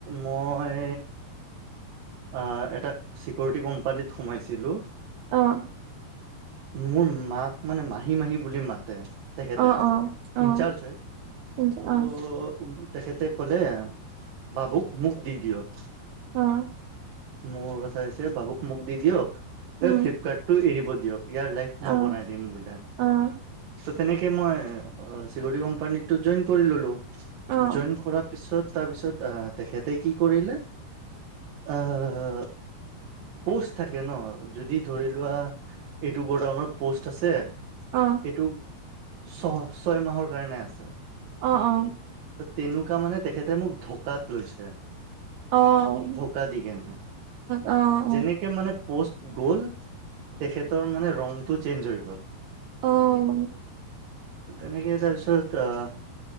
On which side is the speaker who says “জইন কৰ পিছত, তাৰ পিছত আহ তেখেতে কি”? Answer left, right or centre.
Right